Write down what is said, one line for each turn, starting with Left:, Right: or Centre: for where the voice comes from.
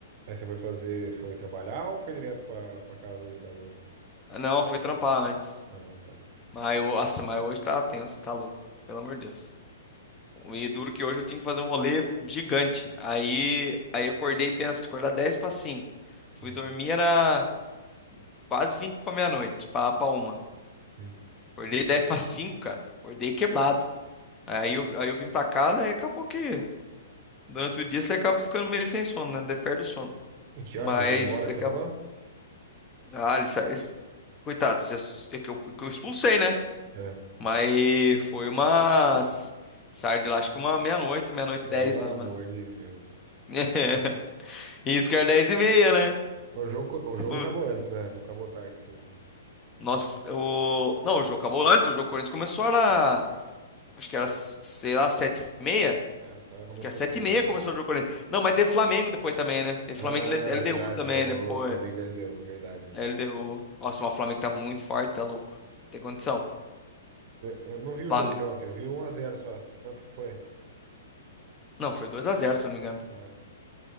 Right: aí você foi fazer, foi trabalhar ou foi direto para para casa aí da urna?
Left: Ah, Não, fui trampar antes.
Right: Ah, tá.
Left: Mas, eu- nossa, mas hoje tá tenso, tá louco, pelo amor de Deus. E duro que hoje eu tinha que fazer um rolê gigante. Aí, aí eu acordei, penso, acordar 10 para cinco Fui
Right: Hum,
Left: dormir, era quase 20 para meia-noite, para para uma.
Right: hum.
Left: Acordei 10 para cinco cara. Acordei quebrado. Aí eu, aí eu vim para casa e acabou que durante o dia você acaba ficando meio sem sono, né? Daí perde o sono.
Right: E que
Left: Mas
Right: hora que eles foram embora
Left: daqui
Right: que você falou?
Left: a... Ah, ele sa... esse- Coitado, vocês- é que eu, que eu expulsei, né?
Right: É.
Left: Mas foi umas... Saí de lá, acho que uma meia-noite, meia-noite
Right: Pelo
Left: e 10, mais
Right: amor
Left: ou menos.
Right: de Deus.
Left: <laughs> Isso que era 10 e meia, né?
Right: O jogo, o jogo
Left: Por-
Right: acabou antes, né? Não acabou tarde, assim, né?
Left: Nossa, o... Não, o jogo acabou antes, o jogo Corinthians começou era... Acho que era, sei lá, sete e meia.
Right: Ah, tá. Começou
Left: Acho que é sete
Right: cedo
Left: e meia
Right: o jogo.
Left: começou o jogo Corinthians. Não, mas teve Flamengo depois também, né? Teve
Right: Ah,
Left: Flamengo e LDU
Right: verdade.
Left: também
Right: Jogou
Left: depois.
Right: Flamengo e LDU. Verdade mesmo.
Left: LDU. Nossa, mas o Flamengo tá muito forte, tá louco. Não tem condição.
Right: Eu não vi o
Left: Flam-
Right: jogo de ontem. Eu vi um a zero só. Quanto que foi?
Left: Não, foi dois a zero se eu não me engano.
Right: Ah, tá.